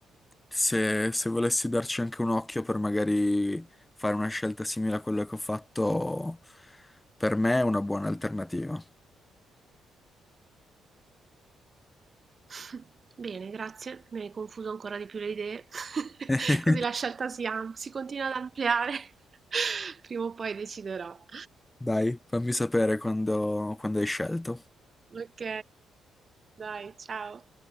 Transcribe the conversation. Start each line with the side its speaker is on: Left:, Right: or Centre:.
Left: se, se volessi darci anche un occhio per magari fare una scelta simile a quella che ho fatto, per me è una buona alternativa.
Right: <laughs> Bene, grazie, mi hai confuso ancora di più le idee, <laughs>
Left: <laughs>
Right: così la scelta si am- si continua ad ampliare. <laughs> Prima o poi deciderò.
Left: Dai, fammi sapere quando quando hai scelto.
Right: Ok, dai, ciao.